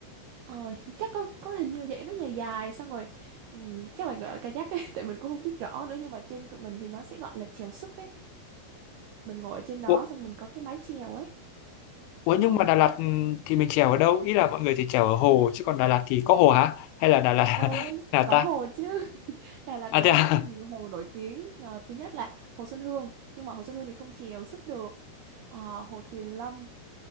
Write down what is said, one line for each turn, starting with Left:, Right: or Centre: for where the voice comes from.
Right: ờ, <laughs> chắc có có hình như là vậy nó dài dài xong rồi ừm, chắc là gọi là kayak ấy <laughs> tại mình cũng không biết rõ nữa nhưng mà trên tụi mình thì nó sẽ gọi là chèo súp ấy mình ngồi ở trên đó
Left: Ủa,
Right: xong mình có cái mái chèo ấy
Left: ủa nhưng
Right: ừ
Left: mà Đà Lạt ừm, thì mình chèo ở đâu? Ý là mọi người thì chèo ở hồ chứ còn Đà Lạt thì có hồ hả? Hay là Đà Lạt
Right: ôi
Left: <laughs> là
Right: có
Left: ta?
Right: hồ chứ <laughs> Đà Lạt
Left: À
Right: có
Left: thế à?
Right: rất là nhiều hồ nổi tiếng Ờ, thứ nhất là hồ Xuân Hương nhưng mà hồ Xuân Hương thì không chèo súp được Ờ, hồ Tuyền Lâm